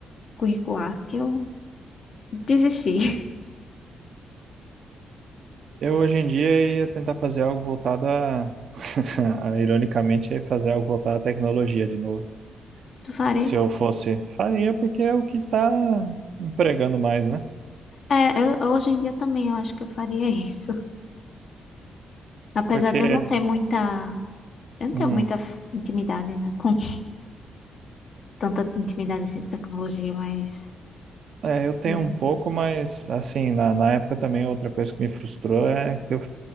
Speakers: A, on the left; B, on the right.
A: curricular que eu Desistir.
B: eu hoje em dia ia tentar fazer algo voltado a. <laughs> a, Ironicamente, ia fazer algo voltado à tecnologia de novo.
A: <laughs> Faria.
B: Se eu fosse, faria porque é o que tá empregando mais, né?
A: É, eu- hoje em dia também eu acho que eu faria isso. Apesar
B: Porque,
A: de eu não ter muita. Eu não
B: hum,
A: tenho muita f- intimidade, né? Com <laughs> tanta intimidade assim com tecnologia, mas.
B: é, eu tenho
A: eu-
B: um pouco, mas assim, na, na época também outra coisa que me frustrou é que eu,